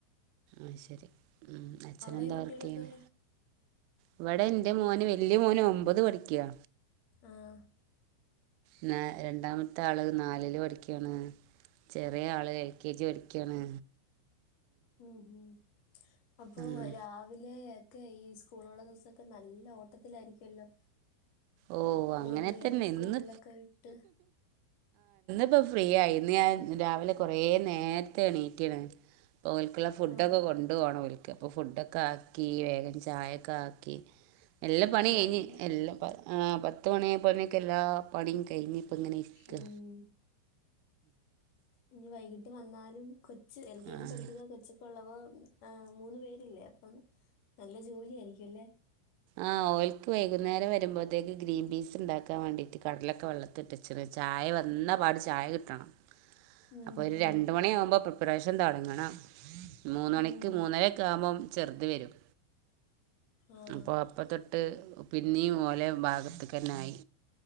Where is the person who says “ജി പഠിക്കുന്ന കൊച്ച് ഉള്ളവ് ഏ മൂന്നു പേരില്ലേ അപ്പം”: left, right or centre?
Left